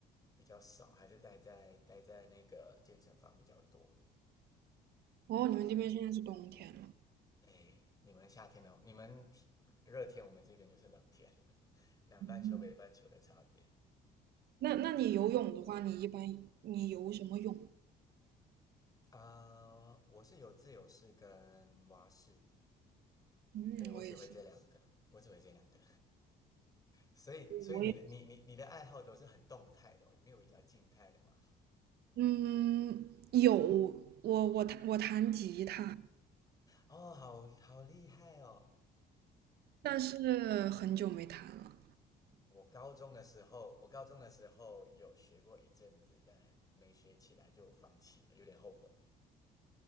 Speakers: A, on the left; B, on the right.
A: 比较少，还是待在待在那个健身房比较多。
B: 哦，你们这边现在是冬天了。
A: 哎，你们夏天呢？你们热天，我们这边就是冷天，<laughs> 南半球北半球的差别。
B: 嗯，那那你游泳的话，你一般你游什么泳？
A: 啊、呃我是有自由式跟蛙式，
B: 嗯，
A: 对我只会这两个，
B: 我也是。
A: 我只会这两个。所以，所以你的你你你的爱好都是很动态的、
B: 我也。
A: 哦，没有比较静态的吗？
B: 嗯，有，我我弹我弹吉他，
A: 哦，好好厉害哦！
B: 但是很久没弹了。
A: 我高中的时候，我高中的时候有学过一阵子，但没学起来就放弃了，有点后悔。